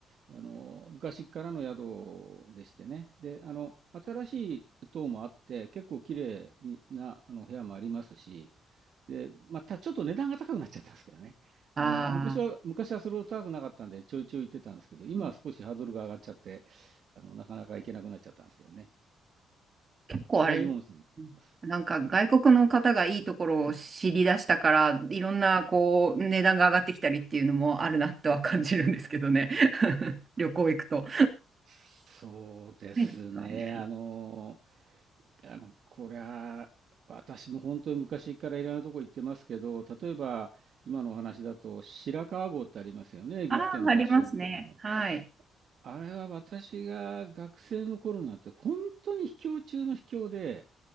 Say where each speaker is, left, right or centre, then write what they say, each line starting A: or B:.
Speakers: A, on the right; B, on the right.
A: あの、昔からの宿でしてね。で、あの、新しい棟もあって、結構綺麗な、あの、部屋もありますし、で、またちょっと値段が高くなっちゃったんですけどね。
B: ああ、
A: あの、昔は、昔はそれほど高くなかったんで、ちょいちょい行ってたんですけど、今は少しハードルが上がっちゃって、
B: うん
A: あの、なかなか行けなくなっちゃったんですけどね。
B: 結構あれ、
A: 蔦湯温泉と言います。
B: なんか外国の方がいいところを知り出したから、いろんなこう、値段が上がってきたりっていうのもあるなとは感じるんですけどね。<laughs> 旅行行くと。
A: そうですね。
B: ないですかね。
A: あの、あの、これは、私も本当に昔からいろんなとこ行ってますけど、例えば今のお話だと白川郷ってありますよね、
B: ああ、
A: 岐阜県の合掌造りの。
B: ありますね。はい。
A: あれは私が学生の頃なんて本当に秘境中の秘境で、